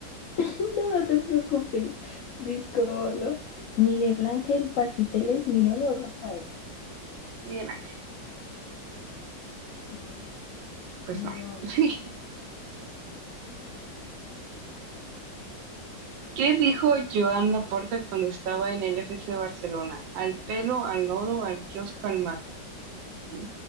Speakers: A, on the left; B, on the right.
A: <laughs> No, no te preocupes. Discolo. Miguel Ángel Pasiteles Mirón o Rafael
B: Miguel Ángel.
A: Mm,
B: Pues
A: Mirón.
B: no. <laughs> ¿Qué dijo Joan Laporta cuando estaba en el FC Barcelona? Al pelo, al oro, al kiosco, al mar. No,